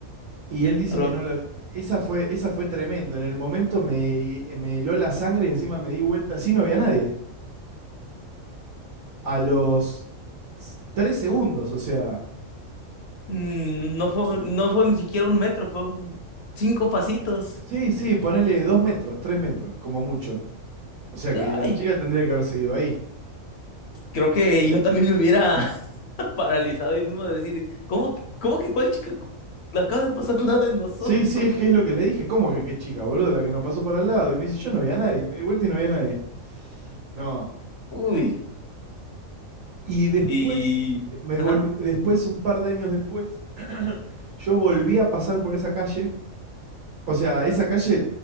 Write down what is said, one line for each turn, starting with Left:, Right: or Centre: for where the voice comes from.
Right: Y él dice
Left: A lo-
Right: que no la Esa fue, esa fue tremendo. En el momento me, me heló la sangre y encima me di vuelta así, no había nadie. a los tres segundos, o sea.
Left: mm, no fue, no fue ni siquiera un metro, fueron cinco pasitos.
Right: Sí, sí, ponele dos metros, tres metros, como mucho. O sea
Left: Ay,
Right: que la chica tendría que haber seguido ahí.
Left: creo que
Right: Eh,
Left: yo también me hubiera <laughs> paralizado y mismo de decir, ¿cómo, que- cómo que cuál chica cu- la acaba de pasar <laughs> al lado de nosotros?
Right: Sí, sí, es que es lo que le dije. ¿Cómo que qué chica, boludo? La que no pasó para el lado. Y me dice, yo no veía a nadie. Me di vuelta y no había nadie. No.
Left: Uy,
Right: Y después,
Left: y...
Right: me
Left: Ajá,
Right: volví, después, un par de años después, yo volví a pasar por esa calle O sea, esa calle